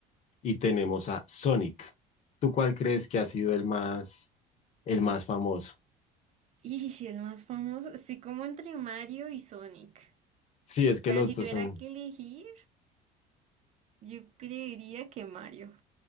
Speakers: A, on the left (about 45°); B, on the right (about 40°).
A: y tenemos a Sonic. ¿Tú cuál crees que ha sido el más, el más famoso?
B: Y si el más famoso, sí, como entre Mario y Sonic.
A: Sí, es que
B: Pero
A: los
B: si
A: dos
B: tuviera
A: son.
B: que elegir, yo creería que Mario.